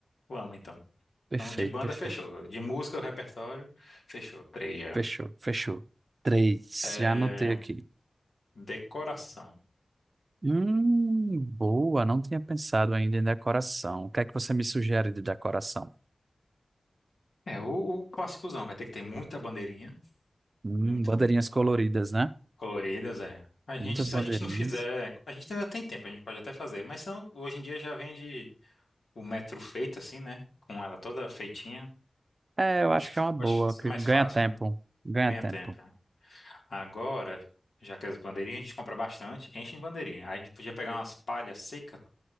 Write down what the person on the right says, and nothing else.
Perfeito,
perfeito.
Fechou, fechou. Três,
já anotei aqui.
Hum, boa, não tinha pensado ainda em decoração. O que é que você me sugere de decoração?
Hum,
bandeirinhas coloridas, né?
Muitas
bandeirinhas.
É, eu
acho que é uma boa,
que
ganha
tempo,
ganha
tempo.